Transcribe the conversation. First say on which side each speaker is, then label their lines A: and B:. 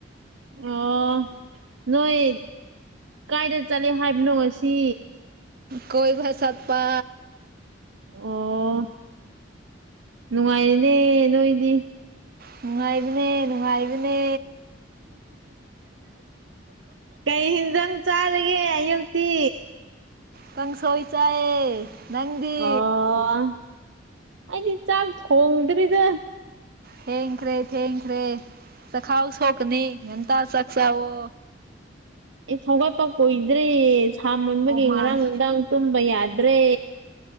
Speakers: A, on the right (about 80°); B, on the right (about 55°).
A: ꯑꯣ ꯅꯣꯏꯣꯏ ꯀꯥꯏꯗ ꯆꯠꯂꯦ ꯍꯥꯏꯕꯅꯣ ꯁꯤ
B: ꯀꯣꯏꯕ ꯆꯠꯄ
A: ꯑꯣ ꯅꯨꯡꯉꯥꯏꯔꯤꯅꯦ ꯅꯣꯏꯗꯤ
B: ꯅꯨꯡꯉꯥꯏꯕꯅꯦ ꯅꯨꯡꯉꯥꯏꯕꯅꯦ
A: ꯀꯩ ꯍꯤꯟꯖꯥꯡ ꯆꯥꯔꯒꯦ ꯑꯌꯨꯛꯛꯇꯤ
B: ꯀꯪꯁꯣꯏ ꯆꯥꯏꯌꯦ ꯅꯪꯗꯤ
A: ꯑꯣ ꯑꯩꯗꯤ ꯆꯥꯛ ꯊꯣꯡꯗ꯭ꯔꯤꯗ
B: ꯊꯦꯡꯈ꯭ꯔꯦ ꯊꯦꯡꯈ꯭ꯔꯦ ꯆꯈꯥꯎ ꯁꯣꯛꯀꯅꯤ ꯉꯟꯇꯥ ꯆꯥꯛ ꯆꯥꯎꯋꯣ
A: ꯑꯩ ꯍꯧꯒꯠꯄ ꯀꯨꯏꯗ꯭ꯔꯤ ꯁꯥꯃꯟꯕꯒꯤ
B: ꯑꯣ ꯃꯥꯏ
A: ꯉꯔꯥꯡ ꯅꯨꯡꯗꯥꯡ ꯇꯨꯝꯕ ꯌꯥ <unintelligible> ꯗ꯭ꯔꯦ